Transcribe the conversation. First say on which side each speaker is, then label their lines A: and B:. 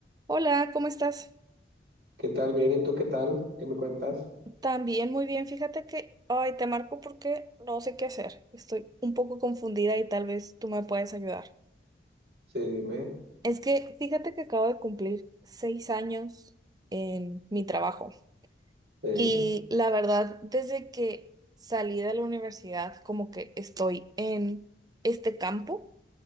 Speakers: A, on the right; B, on the right.
A: Hola, ¿cómo estás?
B: ¿Qué tal? Bien, ¿y tú qué tal? ¿Qué me cuentas?
A: También muy bien. Fíjate que, ay, te marco porque no sé qué hacer. Estoy un poco confundida y tal vez tú me puedes ayudar.
B: Sí, dime.
A: Es que fíjate que acabo de cumplir seis años en mi trabajo
B: Sí.
A: y la verdad, desde que salí de la universidad, como que estoy en este campo